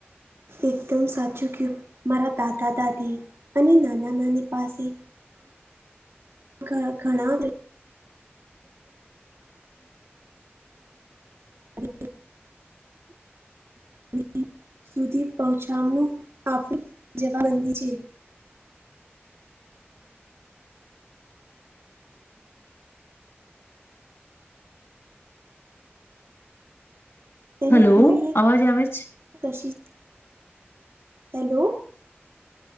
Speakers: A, on the right (about 75°); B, on the left (about 80°).
A: એકદમ સાચું કયું. મારા દાદા દાદી અને નાના નાની પાસે ઘણાં ઘણાં <inaudible> <inaudible> <inaudible> સુધી પહોચામણું આપણી જવાબંધી છે. એને
B: હલો
A: હૂઈએ
B: અવાજ આવે છે?
A: કશી હેલો